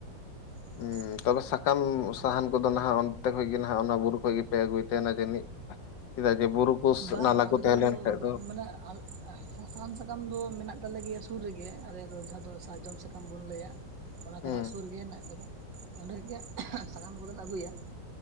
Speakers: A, on the right; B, on the left.
A: <unintelligible>
B: ᱦᱩᱸ ᱛᱚᱵᱮ ᱥᱟᱠᱟᱢ ᱥᱟᱦᱟᱱ ᱠᱚᱫᱚ ᱱᱟᱦᱟᱜ ᱚᱱᱛᱮ ᱠᱷᱚᱡ ᱜᱮ ᱱᱟᱦᱟᱜ ᱚᱱᱟ ᱵᱩᱨᱩ ᱠᱷᱚᱡ ᱜᱮᱯᱮ ᱟᱹᱜᱩᱭᱮᱫ ᱛᱟᱦᱮᱱᱟ ᱡᱟᱹᱱᱤᱡ ᱪᱮᱫ ᱡᱮ ᱵᱩᱨᱩ ᱠᱚ
A: ᱵᱟᱝ
B: ᱱᱟᱞᱟ
A: ᱟᱞᱮ
B: ᱠᱚ ᱛᱟᱦᱮᱸ
A: ᱫᱚ
B: ᱞᱮᱱ ᱠᱷᱟᱡ ᱫᱚ
A: ᱢᱟᱱᱮ ᱥᱟ ᱥᱟᱦᱟᱱ ᱥᱟᱠᱟᱢ ᱫᱚ ᱢᱮᱱᱟᱜ ᱛᱟᱞᱮ ᱜᱮᱭᱟ ᱥᱩᱨ ᱨᱮᱜᱮ ᱟᱞᱮᱭᱟᱜ ᱫᱚ ᱡᱟᱦᱟᱸ ᱫᱚ ᱥᱟᱨᱡᱚᱢ ᱥᱟᱠᱟᱢ ᱵᱚᱱ ᱞᱟᱹᱭᱟ ᱚᱱᱟ ᱠᱚᱫᱚ
B: ᱦᱩᱸ
A: ᱦᱟᱜ ᱥᱩᱨ ᱜᱮ ᱦᱮᱱᱟᱜ ᱠᱟᱫᱟ ᱚᱸᱰᱮ ᱜᱮ ᱥᱟᱠᱟᱢ ᱠᱚᱫᱚᱞᱮ ᱟᱹᱜᱩᱭᱟ